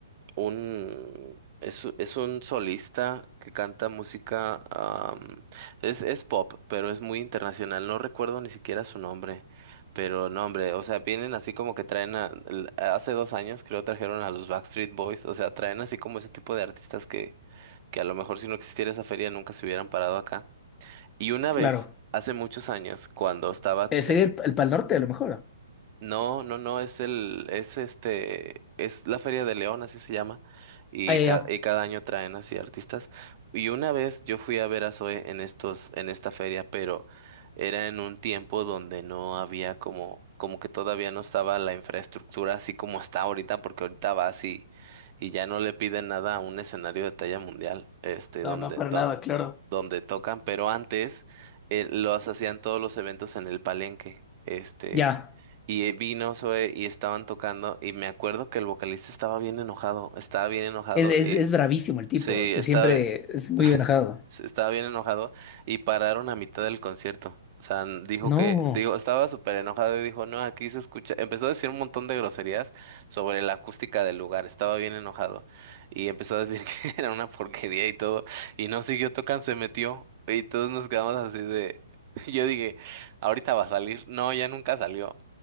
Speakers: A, on the right; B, on the left.
A: un es, es un solista que canta música, am, es, es pop, pero es muy internacional, no recuerdo ni siquiera su nombre, pero no, hombre, o sea, vienen así como que traen, a- l- hace dos años creo trajeron a los Backstreet Boys, o sea, traen así como ese tipo de artistas que, que a lo mejor si no existiera esa feria nunca se hubieran parado acá. Y una
B: Claro.
A: vez, hace muchos años, cuando estaba,
B: Eh, sería el, el Pal Norte a lo mejor.
A: no, no, no, es el, es este, es la Feria de León, así se llama, y,
B: Ah, ya,
A: ca-
B: ya.
A: y cada año traen así artistas. Y una vez yo fui a ver a Zoe en estos, en esta feria, pero era en un tiempo donde no había como, como que todavía no estaba la infraestructura así como está ahorita, porque ahorita va así y y ya no le piden nada a un escenario de talla mundial, este,
B: No,
A: donde,
B: no, para
A: donde,
B: nada, claro.
A: donde tocan, pero antes eh, los hacían todos los eventos en el Palenque, este.
B: Ya.
A: Y eh, vino Zoe y estaban tocando y me acuerdo que el vocalista estaba bien enojado, estaba bien enojado
B: Es, es,
A: y
B: es bravísimo el tipo.
A: sí,
B: Se
A: estaba,
B: siempre es muy
A: <laughs>
B: enojado.
A: sí, estaba bien enojado y pararon a mitad del concierto. O sea, n- dijo
B: No.
A: que, digo, estaba súper enojado y dijo, no, aquí se escucha, empezó a decir un montón de groserías sobre la acústica del lugar, estaba bien enojado y empezó a decir <laughs> que era una porquería y todo y no siguió tocando, se metió y todos nos quedamos así de, <laughs> yo dije, ahorita va a salir, no, ya nunca salió.